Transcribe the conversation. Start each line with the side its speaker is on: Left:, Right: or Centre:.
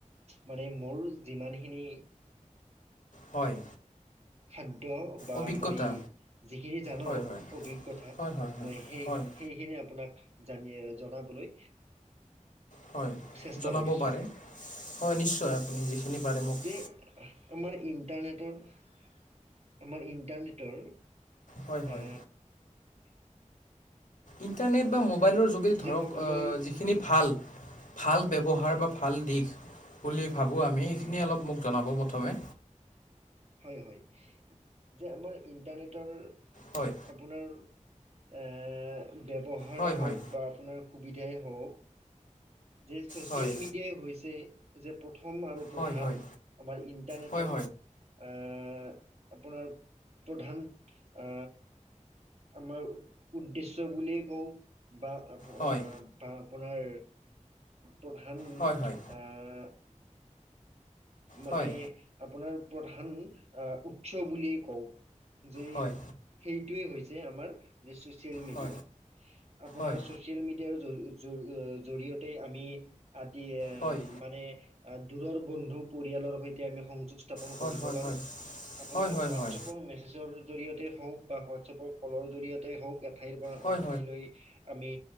Right: মানে মোৰ যিমানখিনি
Left: হয়।
Right: খাদ্য বা
Left: অভিজ্ঞতা
Right: মই যিখিনি জানো
Left: হয় হয়
Right: অভিজ্ঞতা
Left: হয় হয় হয়
Right: মই সেই
Left: হয়
Right: সেইখিনি আপোনাক জানি জনাবলৈ
Left: হয়,
Right: চেষ্টা
Left: জনাব
Right: কৰিছোঁ
Left: পাৰে, হয় নিশ্চয় আপুনি যিখিনি পাৰে মোক -
Right: যে আমাৰ ইণ্টাৰনেটৰ - আমাৰ ইণ্টাৰনেটৰ
Left: হয় হয়
Right: এ -
Left: ইণ্টাৰনেট বা মোবাইলৰ যোগেদি ধৰক
Right: যে ক'বলৈ
Left: যিখিনি ভাল - ভাল ব্যৱহাৰ
Right: হয়
Left: বা ভাল দিশ বুলি ভাবোঁ আমি
Right: হয়
Left: সেইখিনি অলপ মোক জনাব প্ৰথমে।
Right: হয় হয়। যে আমাৰ ইণ্টাৰনেটৰ -
Left: হয়।
Right: আপোনাৰ, এ ব্যৱহাৰ
Left: হয়
Right: হওক
Left: হয়
Right: বা আপোনাৰ - সুবিধাই হ‌ওক, যে ছ'চিয়েল
Left: হয়
Right: মিডিয়াই হৈছে যে প্ৰথম - প্ৰথম আৰু প্ৰধান
Left: হয় হয়
Right: আমাৰ ইণ্টাৰনেটৰ
Left: হয় হয়
Right: - এ আপোনাৰ প্ৰধান - আ আমাৰ উদ্দেশ্য বুলিয়েই কওঁ বা
Left: হয়
Right: - বা আপোনাৰ প্ৰধান
Left: হয় হয়
Right: আ - মানে
Left: হয় হয়
Right: আপোনাৰ প্ৰধান আহ উৎস বুলিয়েই কওঁ। যে
Left: হয়
Right: সেইটোৱেই হৈছে আমাৰ যে ছ'চিয়েল মিডিয়া।
Left: হয়
Right: আপোনাৰ
Left: হয়
Right: ছ'চি - ছ'চিয়েল মিডিয়াৰ জ জৰি জৰিয়তে আমি আদি
Left: হয়
Right: মানে - আ দূৰৰ বন্ধু - পৰিয়ালৰ সৈতে আমি সংযোগ স্থাপন
Left: হয়
Right: কৰিব
Left: হয় হয়
Right: পাৰোঁ। আপোনাৰ
Left: হয় হয় হয় হয় হয়
Right: ৱাট‌এপৰ মেচেজৰ - জৰিয়তে হওক বা হোৱাটছএপৰ কলৰ জৰিয়তে হওক এঠাইৰ পৰা
Left: হয়
Right: আন ঠাইলৈ। আমি